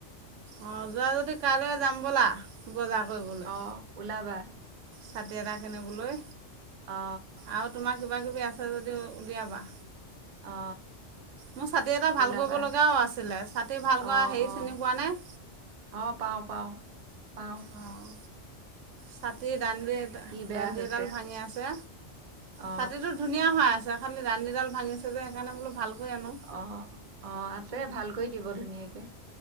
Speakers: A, on the right; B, on the right.
A: অঁ যোৱা যদি কাইলৈ যাম ব'লা বজাৰ কৰিবলৈ
B: অ, ওলাবা।
A: ছাতি এটা কিনিবলৈ
B: অ,
A: আৰু তোমাৰ কিবা কিবি আছে উলিয়াবা
B: অ
A: মোৰ ছাতি এটা ভাল
B: ওলাবা।
A: কৰিব লগাও আছিলে ছাতি ভাল
B: অ,
A: কৰা হেৰি
B: অ,
A: চিনি পোৱা নাই
B: অ পাও পাও পাও
A: অঁ ছাতি দাণ্ডি
B: কি বেয়া
A: দানণ্ডি
B: হৈছে।
A: এডাল ভাঙি আছে
B: অ,
A: ছাতিটো ধুনীয়া হৈ আছে খালি দাণ্ডীডাল ভাঙিছে যে সেইকাৰণে বোলো ভাল কৰি আনো
B: অ অ আছে ভাল কৰি দিব ধুনীয়াকে